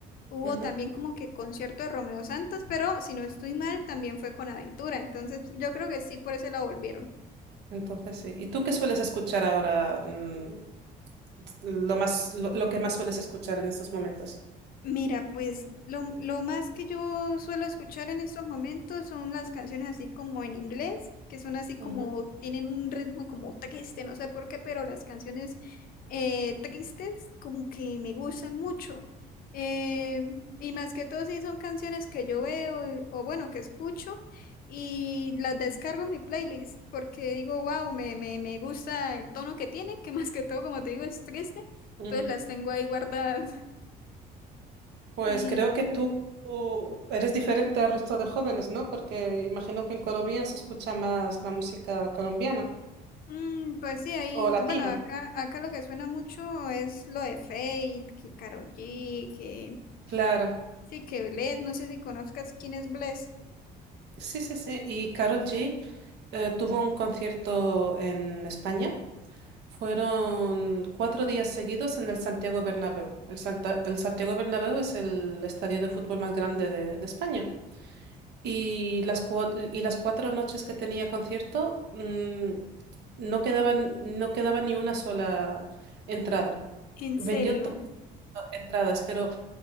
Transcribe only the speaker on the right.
Ujú.
Entonces, sí. ¿Y tú qué sueles escuchar ahora? mm, lo más, lo, lo que más sueles escuchar en estos momentos.
Ujú,
ujú,
ujú.
Pues
creo que tú tú eres diferente al resto de jóvenes, ¿no? Porque imagino que en Colombia se escucha más la música colombiana
o latina.
Claro.
Sí, sí, sí. Y Karol G eh, tuvo un concierto en España. Fueron cuatro días seguidos en el Santiago Bernabéu. El, Santa- el Santiago Bernabéu es el estadio de fútbol más grande de, de España. Y las, cua- y las cuatro noches que tenía concierto, mm, no quedaba, no quedaba ni una sola entrada.
Vendió
todas las entradas, pero